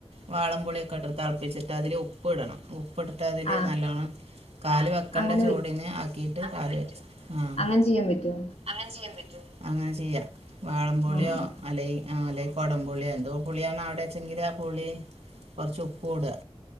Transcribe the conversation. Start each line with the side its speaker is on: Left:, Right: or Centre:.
Right: വാളം പുളിയൊക്കെട്ട് തെളപ്പിച്ചിട്ട് അയില് ഉപ്പ് ഇടണം ഉപ്പിട്ടിട്ട് അതില്
Left: ആഹ്
Right: നല്ലോണം കാല് വെക്കണ്ട
Left: അങ്ങനെ
Right: ചൂടിന് ആക്കിട്ട് കാല് വച്ച് ആഹ്
Left: അങ്ങൻചെയ്യാ പറ്റോ
Right: അങ്ങൻചെയ്യാ പറ്റോ അങ്ങനെ ചെയ്യാ വാളം പുളിയോ
Left: ആഹ്
Right: അലയി അല്ലെയി കുടംപുളി എന്തോ പുളിയാണ് അവിടെച്ചെങ്കില് ആ പുളി കൊറച്ച് ഉപ്പു ഇടാ